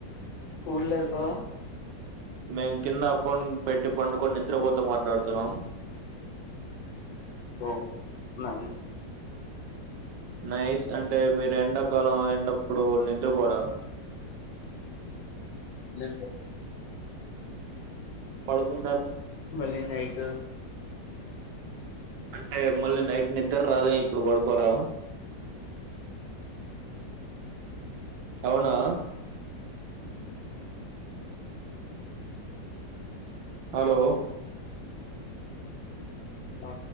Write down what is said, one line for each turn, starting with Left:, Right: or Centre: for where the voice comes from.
Left: చూడు లేదా
Right: మేం కింద ఫోన్ పెట్టి పండుకొని నిద్రపోత మాట్లాడుతున్నాము
Left: ఓ నైస్
Right: నైస్ అంటే మీరు ఎండాకాలం ఎండ అప్పుడు నిద్రపోరా
Left: నండి
Right: పడుకో
Left: మళ్ళీ నైట్
Right: అంటే మళ్ళీ నైట్ నిద్రరాదు అన్ని ఇప్పుడు పడుకోరా పోనా హలో
Left: అ